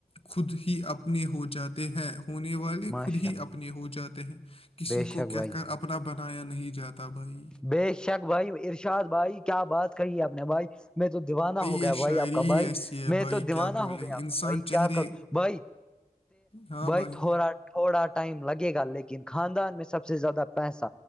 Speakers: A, on the left; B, in the centre.
A: خود ہی اپنے ہو جاتے ہیں ہونے والے
B: ماشاء
A: خود ہی
B: اللہ
A: اپنے ہو جاتے ہیں کسی
B: بے شک
A: کو کہہ
B: بھائی
A: کر اپنا بنایا نہیں جاتا بھائی
B: بے شک بھائی ارشاد بھائی کیا بات کہی ہے آپ نے بھائی میں تو دیوانہ ہو
A: یہ
B: گیا بھائی
A: شاعری
B: آپ کا
A: ہی
B: بھائی
A: ایسی ہے
B: میں
A: بھائی
B: تو دیوانہ
A: کیا بولے
B: ہو گیا آپ
A: انسان
B: کا بھائی
A: چہرے
B: کیا کروں بھائی
A: ہاں
B: بہتورا
A: بھائی
B: تھوڑا ٹائم لگے گا لیکن خاندان میں سب سے زیادہ پیسہ